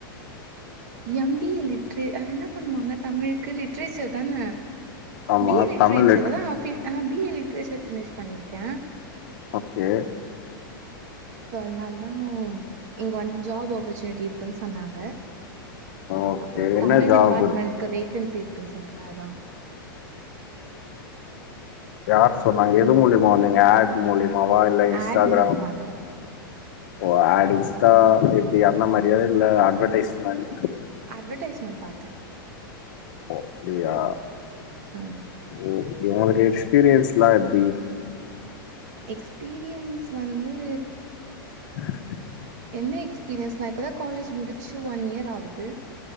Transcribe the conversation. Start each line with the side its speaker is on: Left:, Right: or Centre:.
Right: எம் பி ஏ லிட்ரே அது என்ன பண்ணுவாங்க தமிழுக்கு லிட்ரேச்சர் தான
Left: ஆமா
Right: பி ஏ லிட்ரேச்சர்
Left: தமிழ் லிட்ரே
Right: அதா ஃப்பி அ பி ஏ லிட்ரேச்சர் ஃபினிஷ் பண்ணிருக்கே
Left: ஓகே
Right: ஸோ அதனால தா இங்கே வந்து ஜாப் ஆப்பர்ச்சுனிட்டி இருக்குனு சொன்னாங்க
Left: ஓகே.
Right: அப்பறோ
Left: என்ன
Right: தமிழ்
Left: ஜாப்
Right: டிபார்ட்மெண்ட்கு
Left: இருக்கு?
Right: வேகன்சி இருக்குனு சொன்னாங்க அதா
Left: யார் சொன்னாங்க எது மூலியமா வந்தீங்க ஆட் மூலியமாவா இல்ல இன்ஸ்டாகிராம்
Right: ஆட் மூலியமா தா
Left: ஓ ஆட் இன்ஸ்டா எப்டி அந்த மாரியா இல்ல அட்வர்டைஸ்மெண்ட்
Right: அட்வர்ட்டைஸ்மெண்ட் பாத்தே
Left: ஓ அப்டியா
Right: ம்
Left: ஓகே ஒனக்கு எக்ஸ்பீரியன்ஸ்ல்லா எப்டி
Right: எக்ஸ்பீரியன்ஸ் வந்து
Left: <inaudible>
Right: என்ன எக்ஸ்பீரியன்ஸ் நா இப்பதா காலேஜ் முடிச்சு ஒன் இயர் ஆவுது